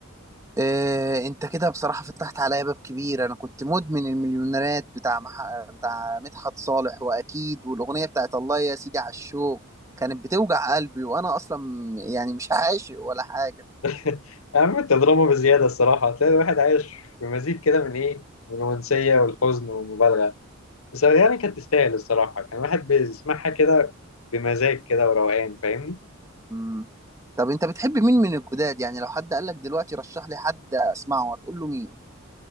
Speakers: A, on the right; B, on the left.
A: إيه انت كده بصراحة فتحت عليا باب كبير انا كنت مدمن المليونيرات بتاع مح... بتاع مدحت صالح واكيد والاغنية بتاعت الله يا سيدي على الشوق كانت بتوجع قلبي وانا اصلا يعني مش عاشق ولا حاجة
B: <laughs> يا عم انت دراما بزيادة الصراحة هتلاقي الواحد عايش في مزيج كده من ايه؟ من الرومانسية والحزن والمبالغة بس يعني كانت تستاهل الصراحة كان الواحد بيسمعها كده بمزاج كده وروقان فاهمني؟
A: مم. طب انت بتحب مين من الجداد يعني لو حد قالك دلوقتي رشح لي حد اسمعه هتقول له مين